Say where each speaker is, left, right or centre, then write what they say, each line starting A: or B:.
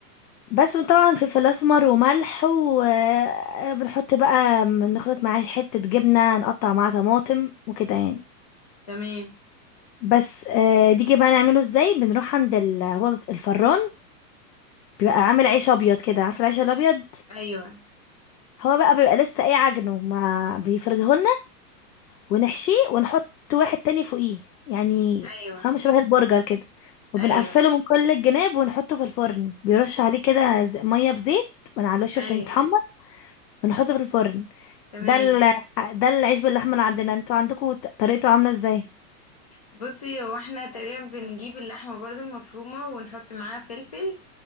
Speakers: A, on the left; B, on the left.
A: بس طبعا فلفل اسمر وملح وبنحط بقى نخلط معاه حتة جبنة نقطع معاه طماطم وكده يعني
B: تمام
A: بس آه، نيجي بقى نعمله ازاي بنروح عند ال... هو الفران بيبقى عامل عيش ابيض كده عارفه العيش الابيض
B: ايوه
A: هو بقى بيبقى لسه ايه عجنه ما بيفرده ونحشيه ونحط واحد تاني فوقيه يعني
B: ايوه
A: فاهمة شبه البرجر كده وبنقفله
B: ايوه
A: من كل الجناب ونحطه في الفرن بيرش عليه كده ز- مية بزيت من على الوش
B: ايوه
A: عشان يتحمر ونحطه في الفرن
B: تمام
A: ده ال... ده العيش باللحمة اللي عندنا انتوا عندكوا ط- طريقته عاملة ازاي
B: بصي هو احنا تقريبا بنجيب اللحمة برضو المفرومة ونحط معاها فلفل